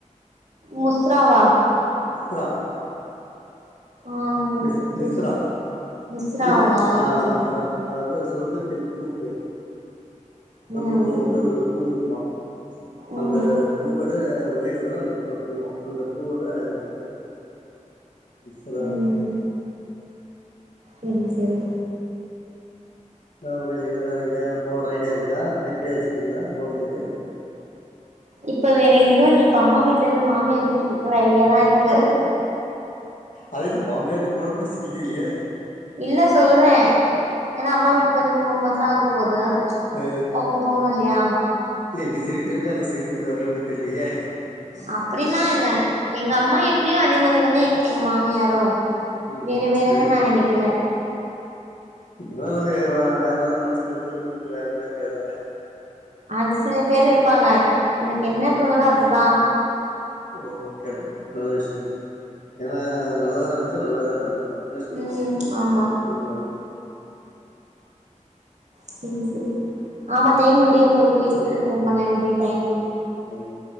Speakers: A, on the right; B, on the left.
A: முஸ்ராவா
B: மிஸ்ரா
A: ஆம்
B: மிஸ்
A: தெரி
B: மிஸ்ரா
A: மிஸ்ராவா
B: மிஸ் அ
A: செரி
B: மிஸ்ரா
A: செரி
B: அது வந்து சொர்கத்தில் பூ பேரு சொர்கத்துல
A: ம்
B: வந்து
A: ம்
B: ஒரு பூ இருக்குமா
A: ம்
B: அந்த பூவோட ஒளியோட தா அந்த பூவ பூவா அந்த பூவோட இந்த, மிஸ்ரா
A: ம் செரி செரி
B: நா ஒன்னு இல்லைனா வேற எங்யாது போற ஐடியா இருக்கா ஐடியா வச்சுடிங்களா போறதுக்கு
A: இப்ப வேற எங்கேயு இல்ல இப்ப அம்மா வீட்லருந்து மாமியார் வீட்டுக்கு போற ஐடியா தா இருக்கு
B: அது என்ன மாமியார்ட்ட போனபடி சிரிக்கிறீங்க
A: இல்ல சொல்றே ஏன்னா அம்மா வீட்டுக்கு வந்து மூணு மாச ஆக போது
B: அ
A: உங்க போகல்யா
B: இல்ல இங்க சிரிக்கிறமே அங்க சிரிக்கறதுக் வரலன தெரிலையே
A: அப்டிலா இல்ல எங்க அம்மா எப்டியோ அதே மாரி தானே எங் எங்க மாமியாரு
B: ம்
A: வேற வேற
B: வெளுத்து
A: ல்லா நா நெனக்கல
B: இதனால வேற ஆரு மனசுலச்துச்சது உள்ளுக்குல வேற <unintelligible> இருக்காதா
A: அது சில பேர் இருப்பாங்க எனக்கு என்ன
B: ம்
A: தோணுதோ அதுதா
B: ஓ கேட்டு நல்ல விஷ்யொ ஏன்னா நல்லதா நெனச்சா நல்லதே நம்ளுக் தா என்ன சொல்லிரு
A: ம் ஆமா
B: உண்மதா
A: சரிங் சரி ஆமா டைம் முடிய போது பேசுனதுக்கு
B: ஓகே
A: ரொம்ப நன்றி தேங்க்யூ
B: ம் தேங்க்யூ